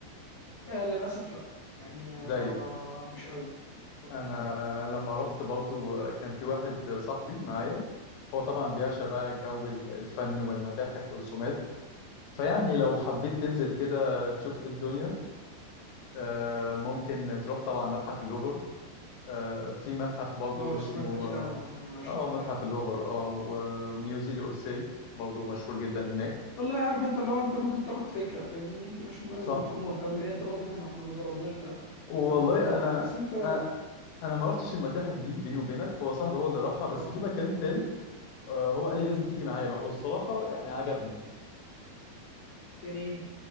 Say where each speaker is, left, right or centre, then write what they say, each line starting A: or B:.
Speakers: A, on the left; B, on the left.
A: آه للاسف لا يعني ما
B: زي
A: ما ما مش قوي طب
B: انا لما رحت برضو كان في واحد صاحبي معايا هو طبعا بيعشق بقى جو ال- الفن والمتاحف والرسومات فيعني لو حبيت تنزل كده تشوف ايه الدنيا آه، ممكن تروح طبعا متحف اللوفر آه، في متحف برضو
A: اه
B: اسمه
A: سمعت اكيد
B: اه
A: عنه يعني ما شاء
B: آه،
A: الله
B: متحف
A: تعالى.
B: اللوفر اه وميوزي دي اورسي برضو مشهور جدا هناك
A: والله عارف انت اللي هو انت ممكن تاخد فكره فاهمني انت مش لازم
B: صح
A: تكون مهتم لان انت برضه كان احنا ما جربناش ده
B: والله
A: فممكن نروح
B: انا
A: بس انت
B: آه، انا ما رحتش المتاحف دي بيني وبينك هو صاحبي هو اللي راحها بس
A: اه
B: في مكان تالت آه، هو قال لي لازم تيجي معايا بقى والصراحة يعني عجبني
A: كان ايه